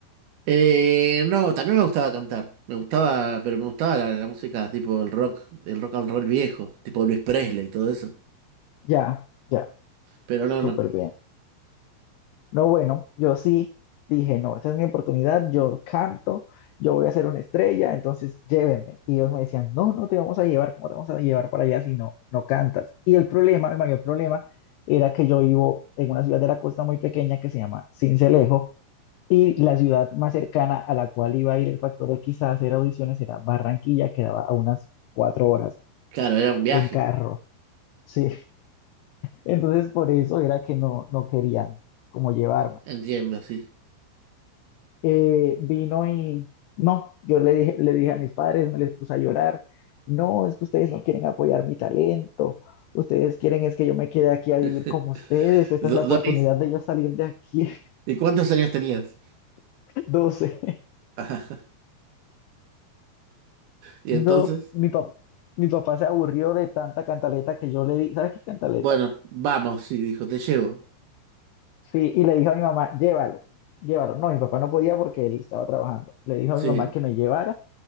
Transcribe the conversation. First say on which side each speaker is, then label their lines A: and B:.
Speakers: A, on the right; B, on the left.
A: Eh, no, también me gustaba cantar. Me gustaba, pero me gustaba la, la música tipo el rock, el rock and roll viejo, tipo Luis Presley y todo eso.
B: Ya, ya,
A: Pero no,
B: súper
A: no.
B: bien. No, bueno, yo sí dije, no, esta es mi oportunidad, yo canto, yo voy a ser una estrella, entonces llévenme. Y ellos me decían, no, no te vamos a llevar, ¿cómo te vamos a llevar para allá si no, no cantas? Y el problema, el mayor problema, era que yo vivo en una ciudad de la costa muy pequeña que se llama Sincelejo, y la ciudad más cercana a la cual iba a ir el Factor X a hacer audiciones era Barranquilla, que daba a unas cuatro horas
A: Claro, era un viaje.
B: en carro, <laughs> sí. Entonces por eso era que no, no querían como llevarme.
A: Entiendo, sí.
B: eh, vino y no, yo le dije, le dije a mis padres, me les puse a llorar, no, es que ustedes no quieren apoyar mi talento, ustedes quieren es que yo me quede aquí a vivir
A: <laughs>
B: como ustedes, esta
A: Do-
B: es la oportunidad
A: Doris,
B: de yo salir de aquí,
A: ¿y cuántos años tenías?
B: <laughs> doce
A: <laughs> Ajá. Y entonces,
B: No, mi papá. Mi papá se aburrió de tanta cantaleta que yo le di, ¿sabes qué es cantaleta?
A: bueno, vamos, sí, dijo, te llevo.
B: Sí, y le dije a mi mamá, llévalo, llévalo. No, mi papá no podía porque él estaba trabajando. Le dijo
A: Sí,
B: a mi mamá que me llevara